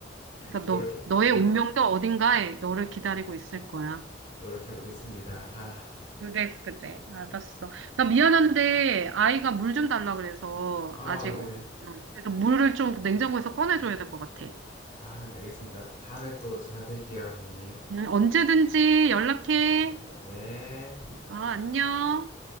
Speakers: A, on the right; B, on the left.
A: 그러니까
B: 노력해
A: 너, 너의
B: 노력
A: 음. 운명도 어딘가에 너를 기다리고 있을 거야.
B: 노력해 보겠습니다. 아,
A: 그래, 그래. 알았어. 나 미안한데, 아이가 물 좀 달라 그래서,
B: 어,
A: 아직,
B: 네네.
A: 어- 음. 그래서 물을 좀 냉장고에서 꺼내줘야 될 것 같아.
B: 아, 네 알겠습니다. 다음에 또 전화 드릴게요, 선생님.
A: 음, 언제든지 연락해.
B: 아이고, 네.
A: 아, 안녕.